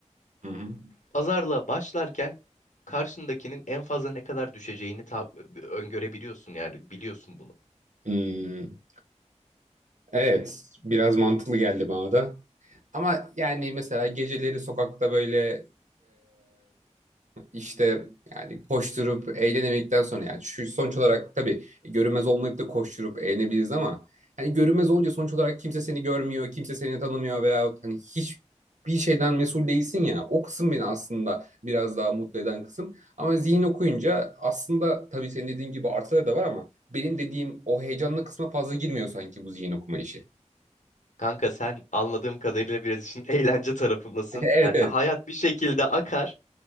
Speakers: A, on the right (about 75°); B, on the left (about 80°).
A: Hı hı.
B: Pazarlığa başlarken karşındakinin en fazla ne kadar düşeceğini ta- öngörebiliyorsun yani biliyorsun bunu.
A: Hmm. Evet, biraz mantıklı geldi bana da. Ama yani mesela geceleri sokakta böyle İşte yani koşturup eğlenemedikten sonra yani şu sonuç olarak tabii görünmez olmayıp da koşturup eğlenebiliriz ama hani görünmez olunca sonuç olarak kimse seni görmüyor, kimse seni tanımıyor veya hani hiçbir şeyden mesul değilsin ya. O kısım beni aslında biraz daha mutlu eden kısım. Ama zihin okuyunca aslında tabii senin dediğin gibi artıları da var ama benim dediğim o heyecanlı kısma fazla girmiyor sanki bu zihin okuma işi.
B: Kanka sen anladığım kadarıyla biraz işin <laughs> eğlence tarafındasın.
A: <laughs> Evet
B: Yani
A: evet.
B: hayat bir şekilde akar.